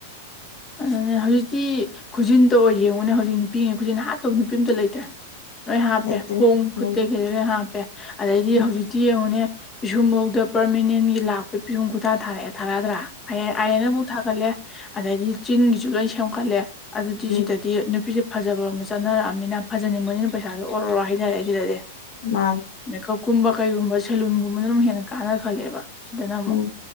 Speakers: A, on the left (about 20°); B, on the left (about 60°).
A: ꯑꯗꯨꯅꯦ ꯍꯧꯖꯤꯛꯇꯤ ꯈꯨꯖꯤꯟꯗꯣ ꯌꯦꯡꯉꯨꯅꯦ ꯍꯧꯖꯤꯛ ꯅꯨꯄꯤꯉꯩ ꯈꯨꯖꯤꯟ ꯍꯥꯠꯇꯕ ꯅꯨꯄꯤ ꯑꯝꯇ ꯂꯩꯇ꯭ꯔꯦ ꯂꯣꯏ ꯍꯥꯞꯄꯦ
B: ꯂꯩꯇ꯭ꯔꯦ
A: ꯈꯣꯡ
B: ꯂꯩ
A: ꯈꯨꯠꯇꯥꯒꯤ ꯂꯣꯏ ꯍꯥꯞꯄꯦ ꯑꯗꯩꯗꯤ
B: ꯎꯝ
A: ꯍꯧꯖꯤꯛꯇꯤ ꯌꯦꯡꯉꯨꯅꯦ ꯄꯤꯁꯨꯝꯐꯧꯗ ꯄꯔꯃꯤꯅꯦꯟꯒꯤ ꯂꯥꯛꯄꯩ ꯄꯤꯁꯨꯝ ꯈꯨꯊꯥ ꯊꯥꯔꯛꯑꯦ ꯊꯥꯔꯗ꯭ꯔꯥ ꯑꯥꯏꯔꯦꯟꯅꯕꯨꯛ ꯊꯥꯒꯠꯂꯦ ꯑꯗꯩꯗꯤ ꯆꯤꯡꯒꯤꯁꯨ ꯂꯣꯏ ꯁꯦꯝꯒꯠꯂꯦ ꯑꯗꯨꯗꯤ
B: ꯎꯝ
A: ꯁꯤꯗꯗꯤ ꯅꯨꯄꯤꯁꯦꯄ ꯐꯖꯕꯔꯣꯝ ꯆꯠꯅꯔꯛꯑꯕꯃꯤꯅ ꯐꯖꯅꯤꯡꯕꯅꯤꯅ ꯄꯩꯁꯥꯗꯣ ꯑꯣꯔ ꯑꯣꯔꯣ ꯍꯩꯊꯔꯛꯑꯦ ꯁꯤꯗꯗꯤ
B: ꯃꯥꯅꯦ
A: ꯃꯦꯀꯞꯀꯨꯝꯕ ꯀꯩꯒꯨꯝꯕ ꯁꯦꯂꯨꯟꯒꯨꯝꯕꯅ ꯑꯗꯝ ꯍꯦꯟꯅ ꯀꯥꯟꯅ ꯈꯜꯂꯦꯕ ꯁꯤꯗꯅ ꯑꯃꯨꯛ
B: ꯎꯝ